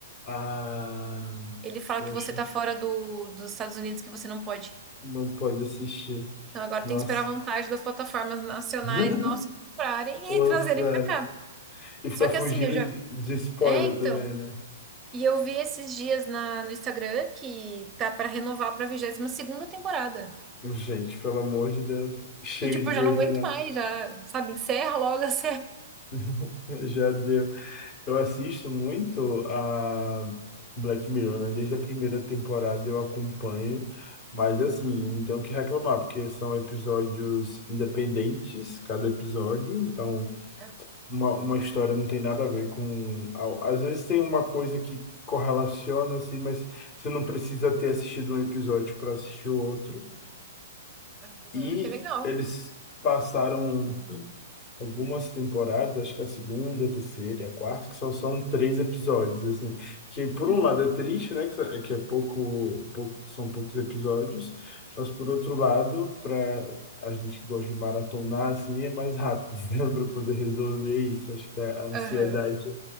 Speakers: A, on the left; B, on the right.
A: Ah,
B: Ele fala
A: poxa,
B: que você tá fora do, dos Estados Unidos, que você não pode.
A: não pode assistir.
B: Então agora
A: Nossa.
B: tem que esperar a vontade das plataformas nacionais
A: <laughs>
B: nós comprarem
A: Lançaram.
B: e <laughs> trazerem pra cá.
A: E ficar
B: Só que
A: fugindo
B: assim, eu já.
A: de de spoiler
B: É, então.
A: também, né?
B: E eu vi esses dias na, no Instagram que tá pra renovar pra vigésima segunda temporada.
A: Gente, pelo amor de Deus, chega
B: E tipo,
A: de
B: eu
A: Grey's
B: já não aguento
A: Anatomy.
B: mais, já, sabe, encerra logo a <laughs> série.
A: <laughs> Já deu. Eu assisto muito a Black Mirror, né? Desde a primeira temporada eu acompanho, mas assim, não tenho o que reclamar, porque são episódios independentes, cada episódio, então
B: Ah,
A: uma, uma história não tem nada a ver com. a- Às vezes tem uma coisa que correlaciona, assim, mas você não precisa ter assistido um episódio para assistir o outro.
B: Aham,
A: E
B: que legal.
A: eles passaram algumas temporadas, acho que a segunda, a terceira e a quarta, que só são três episódios, assim. Que por
B: Uhum.
A: um lado é triste, né? Que, é que é pouco, pouco, são poucos episódios, mas por outro lado, para a gente que gosta de maratonar, assim, é mais rápido, <laughs> né? Para poder resolver isso. Acho que a ansiedade
B: Aham.